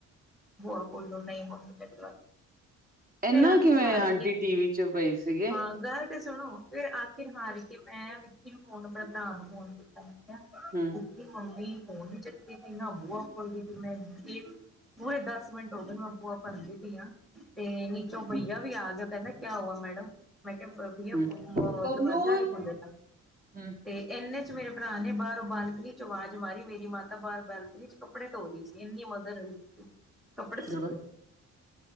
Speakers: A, in the centre; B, on the right.
A: ਬੁਆ ਖੋਲੋ ਨਹੀਂ ਮੰਮੀ ਤੇ <inaudible>
B: ਇਨਾ
A: ਫਿਰ ਥੱਕ
B: ਕਿਵੇਂ
A: ਹਾਰ
B: ਆਂਟੀ
A: ਕੇ,
B: ਟੀ ਵੀ ਚ ਪਈ ਸੀਗੇ
A: ਹਾਂ ਘਰ ਤੇ ਸੁਣੋ ਫਿਰ ਅੱਕ ਹਾਰ ਕੇ ਮੈਂ ਵਿੱਕੀ ਨੂੰ ਫੋਨ, ਆਪਣੇ ਭਰਾ ਨੂੰ ਫੋਨ ਕੀਤਾ ਕਿਹਾ
B: ਹੂੰ
A: ਕਿ ਮੰਮੀ ਫੋਨ ਨੀ ਚੱਕਦੀ ਪਈ ਨਾ, ਬੋਲਦੀ ਸੀ ਮੈਂ ਪੂਰੇ ਦਸ ਮਿੰਟ ਹੋਗੇ ਨੇ, ਮੈਂ ਬੂਆ ਭੰਨ ਦੀ ਪਈ ਆਂ ਤੇ ਚੋਂ ਭਈਆ
B: ਹੂੰ
A: ਵੀ ਆ ਗਿਆ ਕਹਿੰਦਾ ਕਿਆ ਹੂਆ ਮੈਡਮ, ਮੈਂ ਕਿਹਾ ਭਈਆ
B: ਹੂੰ ਬਬਲੂਨ
A: ਦਰਵਾਜ਼ਾ ਨੀ ਖੁੱਲਦਾ,
B: ਹੂੰ
A: ਤੇ ਇਨੇ ਚ ਮੇਰੇ ਭਰਾ ਨੇ ਬਾਹਰੋਂ ਬਾਹ ਬਨੀ ਚੋਂ ਆਵਾਜ਼ ਮਾਰੀ, ਮੇਰੀ ਮਾਤਾ ਬਾਹਰ ਬਾਲਕਨੀ ਚ ਕੱਪੜੇ ਧੋ ਰਹੀ ਸੀ, ਨੀ ਮਦਰ ਕੱਪੜੇ ਸ
B: ਦਰਬਾਰ